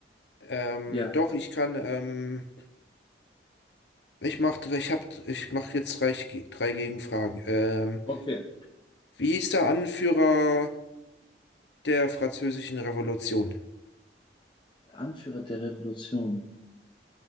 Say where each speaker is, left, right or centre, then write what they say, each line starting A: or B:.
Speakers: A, on the left (about 85°); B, on the left (about 25°).
A: Ähm,
B: Ja.
A: doch, ich kann, ähm, ich mach, dr- ich hab, ich mach jetzt drei, drei Gegenfragen. Ähm,
B: Okay.
A: wie hieß der Anführer der Französischen Revolution?
B: Der Anführer der Revolution.